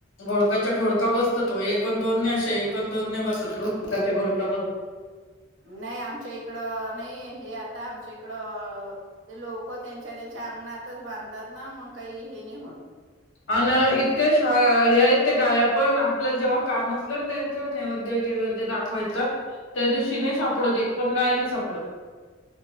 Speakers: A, on the left; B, on the right.
A: बोळक घोडका बसतो तो एक अन दोन नाई अशा एक दोन न बसत घोडकाच्या घोडक
B: नाही आमच्या इकड नाहीये हे आता आमच्या इकडं लोक त्यांच्या त्यांच्या अंगणातच बांधतात ना मग काही हे नाही होत
A: अन इतके श हे आयेत ते गाय पण आपल्याला जेव्हा काम असलं ना त्यांच नैवद्य गिवद्य दाखवायचं त्या दिवशी नाही सापडत एक पण गाय नाही सापडत,